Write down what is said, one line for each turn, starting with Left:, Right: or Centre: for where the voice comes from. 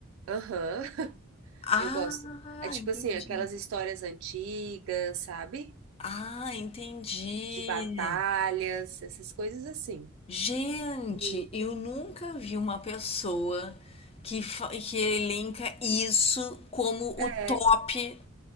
Right: Aham, <laughs>
Left: Ah,
Right: eu gosto. É tipo
Left: entendi.
Right: assim, aquelas histórias antigas, sabe?
Left: Ah, entendi.
Right: De batalhas, essas coisas assim.
Left: Gente,
Right: E
Left: eu nunca vi uma pessoa que, fa- que elenca isso como
Right: é,
Left: o top